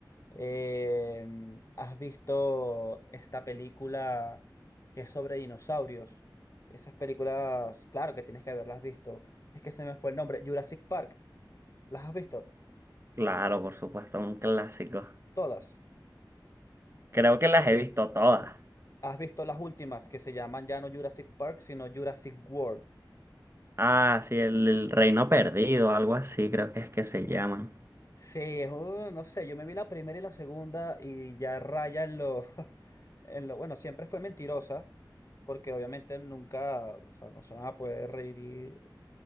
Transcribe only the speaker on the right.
Claro, por supuesto, un clásico.
Creo que las he visto todas.
Ah, sí, el, el Reino Perdido, algo así, creo que es que se llaman.